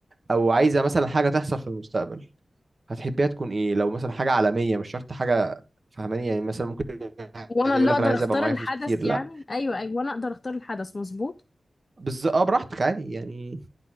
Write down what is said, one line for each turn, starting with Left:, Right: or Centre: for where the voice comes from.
Right: او عايزه مثلا حاجه تحصل في المستقبل هتحبيها تكون ايه لو مثلا حاجه عالميه مش شرط حاجه فاهماني يعني مثلا ممكن
Left: وانا
Right: حد يقول
Left: اللي
Right: لك
Left: اقدر
Right: انا عايز
Left: اختار
Right: ابقى معايا
Left: الحدث
Right: فلوس كتير
Left: يعني
Right: لا
Left: ايوه ايوه وانا اقدر اختار الحدث مظبوط
Right: بس اه براحتك عادي يعني